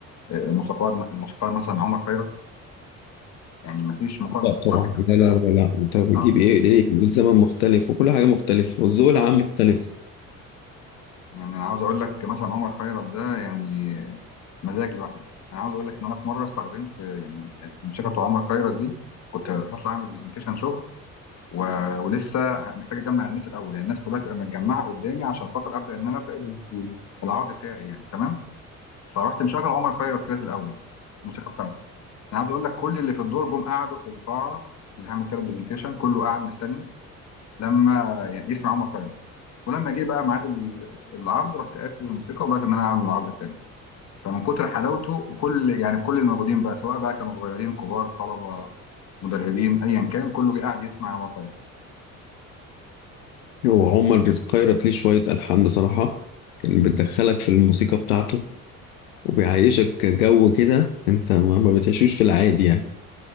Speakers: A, on the left; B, on the left.
A: الموسيقار الموسيقار مثلا عمر خيرت يعني ما فيش مقارنه
B: لا
A: صح
B: طبعا
A: كده
B: لا لا لا لا. انت بتجيب
A: اه آه.
B: ايه ليه الزمن مختلف وكل حاجه مختلفه والذوق العام مختلف
A: يعني انا عاوز اقول لك مثلا عمر خيرت ده يعني مزاج لوحده انا عاوز اقول لك ان انا في مره استخدمت يعني الموسيقى بتاع عمر خيرت دي كنت هطلع اعمل برزنتيشن شغل و... ولسه محتاج اجمع الناس الاول يعني الناس كلها تبقى متجمعه قدامي عشان خاطر ابدا ان انا ابدا البرزنت- العرض بتاعي يعني تمام فرحت مشغل عمر خيرت كده في الاول الموسيقى بتاعته انا عاوز اقول لك كل اللي في الدور جم قعدوا في القاعه اللي هعمل فيها البرزنتيشن كله قاعد مستني لما يعني يسمع عمر خيرت ولما جه بقى ميعاد ال- العرض رحت قافل الموسيقى وبدات ان انا اعمل العرض التاني فمن كتر حلاوته وكل يعني كل الموجودين بقى سواء بقى كانوا صغيرين كبار طلبه مدربين ايا كان كله جه قاعد يسمع عمر خيرت
B: وعمر بيقيرت ليه شويه الحان بصراحه كان بتدخلك في الموسيقى بتاعته وبيعيشك جو كده انت ما ما بتعيشوش في العادي يعني